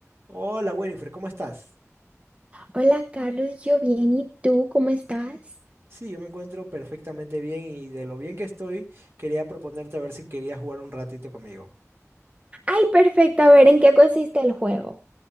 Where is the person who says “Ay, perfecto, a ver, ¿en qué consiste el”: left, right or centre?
Right